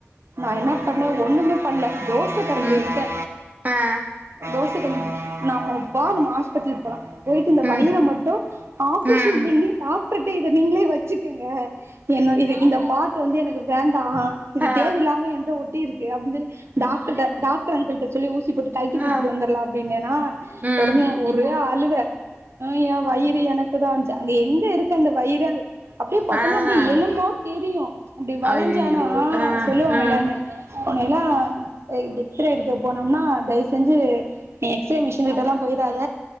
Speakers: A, on the right; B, on the right.
A: நா என்ன பண்ண ஒன்னுமே பண்ல தோ ச கரண்டி
B: ம்
A: எடுத்த
B: ஆ
A: தோச கரண்டி நாம பாரு ஹாஸ்பிட்டல் போலா போயிட்டு இந்த
B: ம்
A: வயிறு மட்டு ஆப்ரேஷன்
B: ம்
A: பண்ணி டாக்டர்ட்ட இத நீங்களே வச்சுகுங்க என்ன இது இந்த பாட்டு வந்து எனக்கு வேண்டா இது
B: ஆ
A: தேவ இல்லாம என்ட ஒட் டிருக்கு அப்டினு சொல்லி டாக்டர்ட்ட டாக்டர் அன்கிள்ட்ட சொல்லி ஊசி போட்டு கழட்டி குடுத்துட்டு
B: ஆ
A: வந்தரலா அப்டின்னேனா
B: ம்
A: ஒடனே ஒரே அழுவ ஆ என் வயிறு எனக்கு தான்ச்சு அங்க எங்க இருக்கு அந்த வயிறு அங்க அப்டியே பார்த்தோம்னா
B: ஆ
A: அப்டி
B: ஆ
A: எலும்பா தெரியு அப்டி வளஞ்சானா
B: அய்யய்யோ ஆ
A: சொல்லுவாங்க
B: ஆ
A: எல்லாருமே உன்னைலா எக்ஸ்ரே எடுக்க போனோம்னா தயவு செஞ்சு நீ எக்ஸ்ரே மிஷின் கிட்டல்லாம் போயிறாத